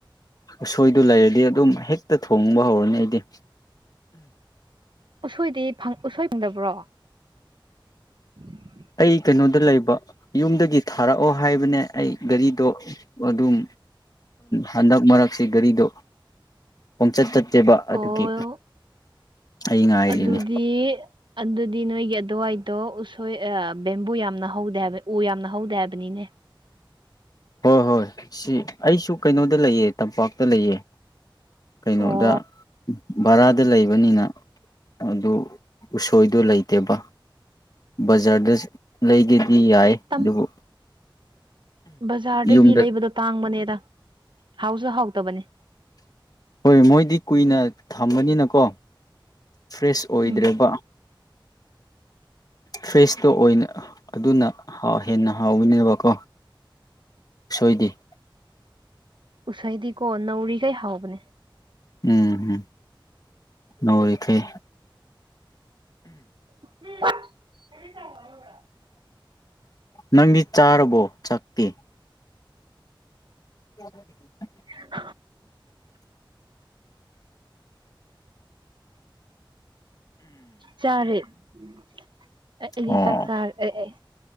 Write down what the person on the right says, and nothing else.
ꯎꯁꯣꯢꯗꯤ ꯐꯪ ꯎꯁꯣꯢ ꯐꯪꯗꯕ꯭ꯔꯣ ꯎꯝ
ꯑꯣ
ꯑꯗꯨꯗꯤ ꯑꯗꯨꯗꯤ ꯅꯣꯢꯒꯤ ꯑꯗꯨꯋꯥꯢꯗꯣ ꯎꯁꯣꯢ ꯑ ꯕꯦꯝꯕꯨ ꯌꯥꯝꯅ ꯍꯧꯗꯦ ꯍꯥꯢꯕ ꯎ ꯌꯥꯝꯅ ꯍꯧꯗꯦ ꯍꯥꯢꯕꯅꯤꯅꯦ
ꯑꯣ
ꯇꯝ
ꯕꯖꯥꯔꯗꯒꯤ
ꯂꯩꯕꯗꯣ ꯇꯥꯡꯕꯅꯦꯗ ꯍꯥꯎꯁꯨ ꯍꯥꯎꯇꯕꯅꯦ
ꯎꯝ
ꯎꯁꯣꯏꯗꯤꯀꯣ ꯅꯧꯔꯤꯈꯩ ꯍꯥꯎꯕꯅꯦ
<inaudible> ꯄꯥꯎ ꯐꯥꯎꯅꯕ꯭ꯔꯥ
<unintelligible> ꯆꯔꯦ ꯑꯩ ꯑꯩꯗꯤ
ꯆꯥꯛ ꯆꯥꯔ ꯑꯦ